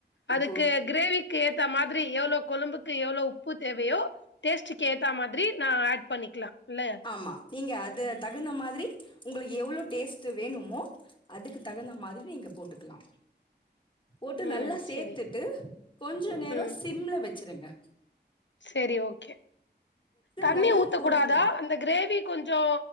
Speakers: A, on the left (about 85°); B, on the left (about 25°).
A: அதுக்கு
B: உப்பு
A: கிரேவிக்கு ஏத்த மார் ரி எவ்ளோ கொழம்புக்கு எவ்ளோ உப் பு தேவையோ டேஸ் ட்டுக்கு ஏத்தா மாதுரி நா ஆட் பண்ணிக்கலா இல்ல
B: ஆமா நீங்க அது தகுந்த மாதுரி உங்களுக் எவ்ளோ டேஸ்ட்டு வேணுமோ அதுக்கு தகுந்த மாதுரி நீங்க போட்டுக்கலா போட்டு
A: ம்
B: நல்லா சேத்துட்டு
A: செரி
B: கொஞ்ஜோ நேரோ
A: ம்
B: சிம்ல வச் ச்சிருங்க
A: செரி ஓகே தண்ணி
B: நல்லா
A: ஊத்தக்கூடாதா
B: கொதி வரு
A: அந்த கிரேவி கொஞ்ஜோ